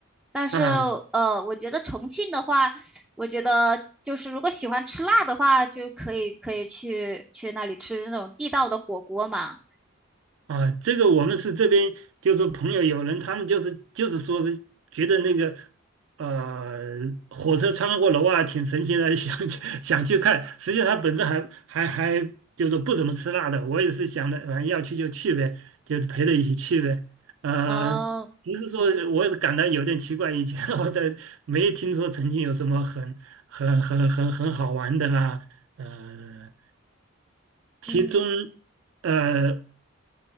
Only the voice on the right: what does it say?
啊
啊！这个我们是这边就是说朋友有人，他们就是就是说是觉得那个呃火车穿过楼啊挺神奇的，<laughs> 想去想去看。实际上他本身还还还就是不怎么吃辣的，我也是想的，反正要去就去呗，就是陪着一起去呗。呃，
不是说我也感到有点奇怪，以前 <laughs> 我在没听说曾经有什么很很很很很好玩的啦，呃，其中。
呃，